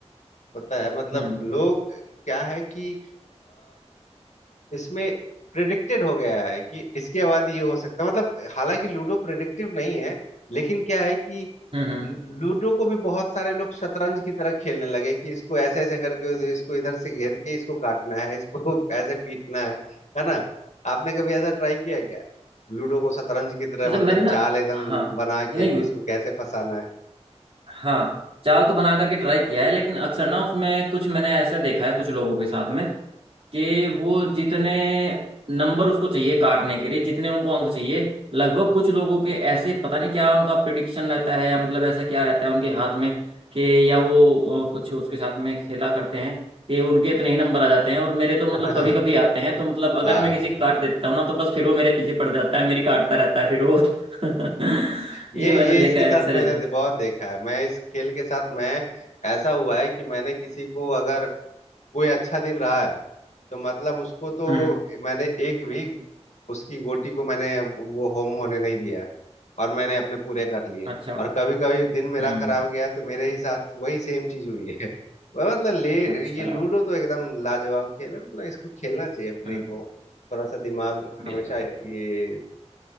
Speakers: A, on the left; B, on the right.
A: होता है मतलब
B: हम्म
A: लोग क्या है कि इसमें प्रिडिक्टेड हो गया है कि इसके बाद ये हो सकता है मतलब हालांकि लूडो प्रिडिक्टिव नहीं है लेकिन क्या है कि
B: हम्म हम्म।
A: लू- लूडो को भी बहुत सारे लोग शतरंज की तरह खेलने लगे कि इसको ऐसे ऐसे करके इसको इधर से घेर के इसको काटना है इसको <laughs> ऐसे पीटना है है ना आपने कभी ऐसा ट्राई किया क्या लूडो को शतरंज की तरह
B: वैसे
A: मतलब
B: मैंने ना
A: चाल एकदम
B: हाँ
A: बना के
B: नहीं
A: कि इसको कैसे फंसाना है
B: हाँ चाल तो बना करके ट्राई किया है लेकिन अक्सर ना उसमें कुछ मैंने ऐसे देखा है कुछ लोगों के साथ में कि वो जितने नंबर उसको चाहिए काटने के लिए जितने उनको अंक चाहिए लगभग कुछ लोगों के ऐसे पता नहीं क्या उनका प्रिडिक्शन रहता है या मतलब ऐसा क्या रहता है उनके हाथ में कि या वो अ, कुछ उसके साथ में खेला करते हैं कि उनके इतने ही नंबर आ जाते हैं और मेरे तो
A: <laughs>
B: मतलब
A: हाँ
B: कभी कभी आते हैं तो मतलब अगर
A: हाँ
B: मैं किसी को काट देता हूँ ना तो बस फिर वो मेरे पीछे पड़ जाता है मेरी काटता रहता है फिर वो <laughs>
A: ये
B: ये मैंने
A: ये
B: देखा
A: इसके
B: है
A: साथ
B: अक्सर
A: मैंने
B: इसमें
A: दे- बहुत देखा है मैं इस खेल के साथ मैं ऐसा हुआ है कि मैंने किसी को अगर कोई अच्छा दिन रहा है तो मतलब उसको तो
B: हम्म
A: मैंने एक भी उसकी गोटी को मैंने वो होम होने नहीं दिया और मैंने अपने पूरे कर लिए
B: अच्छा
A: और कभी कभी दिन मेरा
B: हम्म
A: खराब गया तो मेरे ही साथ वही सेम चीज हुई है <laughs> मैं मतलब ले
B: अच्छा
A: ये लूडो तो एकदम लाजवाब खेल है मतलब इसको खेलना चाहिए अपने
B: हम्म
A: को थोड़ा सा दिमाग
B: बिल्कुल
A: हमेशा ये